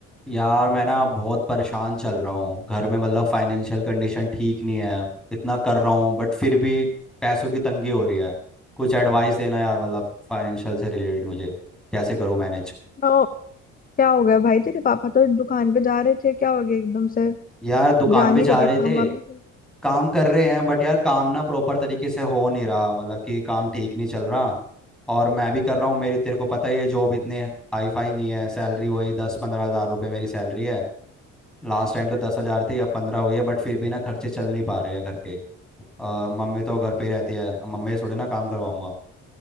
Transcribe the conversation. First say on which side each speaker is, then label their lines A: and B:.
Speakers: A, in the centre; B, on the left.
A: यार मैं ना बहुत परेशान चल रहा हूँ घर में मतलब फाइनेंशियल कंडीशन ठीक नहीं है इतना कर रहा हूँ बट फिर भी पैसों की तंगी हो रही है कुछ एडवाइस देना यार मतलब फाइनेंशियल से रिलेटेड मुझे कैसे करूँ मैनेज
B: तो क्या हो गया भाई तेरे पापा तो दुकान पे जा रहे थे क्या हो गया एकदम से
A: यार दुकान
B: जा नहीं
A: पे जा
B: रहे क्या
A: रहे
B: काम
A: थे
B: वाम नहीं किया?
A: काम कर रहे हैं बट यार काम ना प्रॉपर तरीके से हो नहीं रहा मतलब कि काम ठीक नहीं चल रहा और मैं भी कर रहा हूँ मेरी तेरे को पता ही है जॉब इतनी हाई फाई नहीं है सैलरी वही दस पंद्रह हज़ार रुपये मेरी सैलरी है लास्ट टाइम तो दस हज़ार थी अब पंद्रह हुई है बट फिर भी ना खर्चे चल नहीं पा रहे हैं घर के अ, मम्मी तो घर पे ही रहती है अब मम्मी से थोड़ी ना काम करवाऊंगा